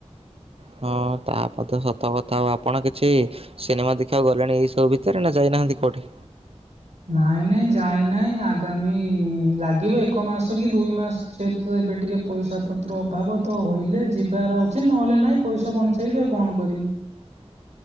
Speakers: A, on the right (about 60°); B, on the right (about 85°).
A: ହଁ ତା ପଥ ସତ କଥା ଆଉ ଆପଣ କିଛି ସିନେମା ଦେଖିବାକୁ ଗଲେଣି ଏଇ ସବୁ ଭିତରେ ନା ଯାଇନାହାନ୍ତି କୋଉଠି?
B: ନାଇଁ ନାଇଁ ଯାଇ ନହିଁ ଆଗାମୀ ଲାଗିବ ଏକ ମାସ କି ଦୁଇ ମାସ ଯେହେତୁ ତ ଏବେ ଟିକେ ପଇସା ପତ୍ର ଅଭାବ ତ ହେଲେ ଯିବାର ଅଛି ନହେଲେ ନାଇଁ ପଇସା ବଞ୍ଚେଇ <unintelligible> କଣ କରିବି।